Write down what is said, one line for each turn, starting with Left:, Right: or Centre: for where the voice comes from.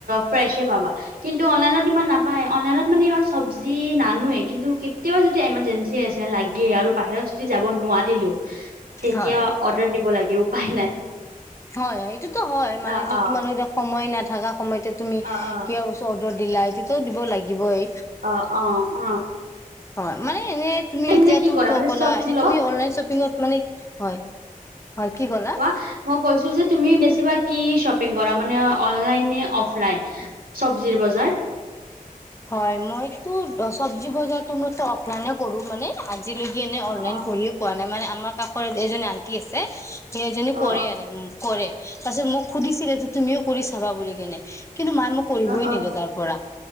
Right: ফ্ৰেচে পাবা। কিন্তু অনলাইনত ইমান নাপায় অনলাইনত মানে ইমান চব্জি নানোৱে কিন্তু কেতিয়াও যদি এমাৰ্জেঞ্চি আছে লাগে আৰু বাহিৰত যদি যাব নোৱাৰো। ন দিলো তেতিয়া
Left: হয়।
Right: অৰ্ডাৰ দিব লাগে উপায় নাই।
Left: হয়-হয় এইটোতো হয় মানে
Right: অ',
Left: যে
Right: অ',
Left: তোমালোক এতিয়া সময় নাথাকা সময়তে তুমি
Right: অ', অ'।
Left: কিয় চব। দিলা তেটোও দিব লাগিবই।
Right: অ-অ-অ,
Left: <inaudible> হয় মানে এনে তুমি এতিয়ো
Right: মানে কি কৰা
Left: ক
Right: মানে
Left: ক'লা
Right: চব্জি
Left: এনে
Right: ল
Left: তুমি অনলাইন শ্বপিঙত মানে হয়। হয় কি ক'লা?
Right: কোৱা মই কৈছো যে। তুমি বেছিভাগ কি শ্বপিং কৰা মানে অনলাইন নে অফলাইন চবজিৰ বজাৰ।
Left: হয় মইতো চবজি বজাৰতো মই অফলাইনে কৰো মানে। আজিলৈকে এনে অনলাইন
Right: অ অ
Left: কৰিয়েই পোৱা নাই মানে আমাৰ কাষৰত এজন আন্টি আছে। সেইজনী
Right: অ
Left: পৰে আৰু কৰে তাৰপিছত মোক সুধিছিলে যে তুমিও কৰি চাবা বুলি কেনে। কিন্তু মায়ে মোক কৰিবই
Right: অ অ অ
Left: নিদে তাৰ পৰা।